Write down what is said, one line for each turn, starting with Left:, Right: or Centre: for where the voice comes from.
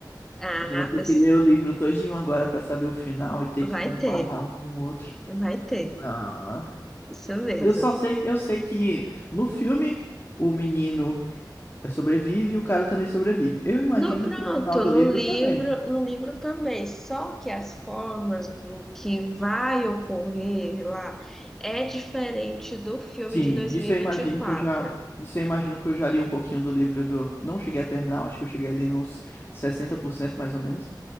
Centre: Ah,
Left: Mas Eu vou ter
Centre: mas
Left: que ler o livro todinho agora pra saber o final e ter que
Centre: vai
Left: comparar
Centre: ter,
Left: um com o outro.
Centre: vai ter.
Left: Ah,
Centre: Isso mesmo.
Left: eu só sei, eu sei que no filme o menino sobrevive e o cara também sobrevive. Eu imagino
Centre: No, pronto,
Left: que o final do
Centre: no
Left: livro
Centre: livro,
Left: também.
Centre: no livro também, só que as formas do que vai ocorrer lá é diferente do filme
Left: Sim,
Centre: de dois
Left: disso
Centre: mil e
Left: eu
Centre: e vinte
Left: imagino
Centre: e quatro
Left: que eu já. Isso eu imagino que eu já li um pouquinho do livro do. Não cheguei a terminar, acho que eu cheguei ali nos 60% mais ou menos.